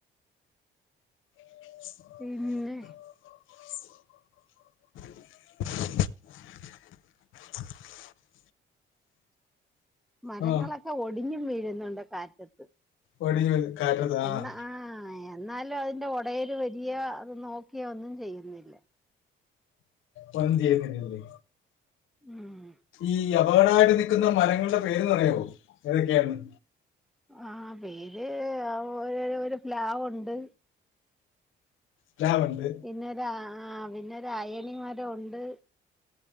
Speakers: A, on the left; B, in the centre.
A: <inaudible>
B: പിന്നെ
A: <inaudible> <inaudible>
B: മരങ്ങളൊക്കെ
A: ആ
B: ഒടിഞ്ഞും വീഴുന്നുണ്ട് കാറ്റത്ത്.
A: ഒടിഞ്ഞ് വീഴും കാറ്റത്ത് ആഹ്
B: എന്നാ ആ എന്നാലും അതിന്റെ ഉടയര് വരിയോ അത് നോക്കിയോ ഒന്നും ചെയ്യുന്നില്ല
A: ഒഹ് അ ഒന്നും ചെയ്യത്തില്ലയോ ഉവ്വേ
B: ആഹ് ഹാ
A: ഈ അപകടമായിട്ട് നിക്കുന്ന മരങ്ങളുടെ പേരൊന്ന് പറയാവോ ഏതൊക്കെയാണ് ന്ന്?
B: ആഹ് പേര് അ ഒരു ഒരു ഒരു പ്‌ലാവുണ്ട്.
A: പ്ലാവുണ്ട്
B: പിന്നൊരാ ആ പിന്നൊരു അയണിമരമുണ്ട്.